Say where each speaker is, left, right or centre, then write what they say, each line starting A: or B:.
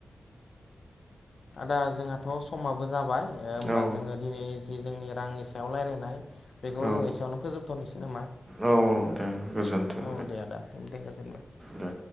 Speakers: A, on the left (about 60°); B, on the right (about 20°).
A: आदा जोंहाथ' समाबो जाबाय होमबा
B: औ
A: जोङो दिनैनि जि जोंनि रांनि सायाव रायलायनाय बेखौ
B: औ
A: जों एसेयावनो फोजोबथ'नोसै नामा?
B: औ दे गोजोन्थों
A: औ दे आदा दे गोजोनबाय।
B: दे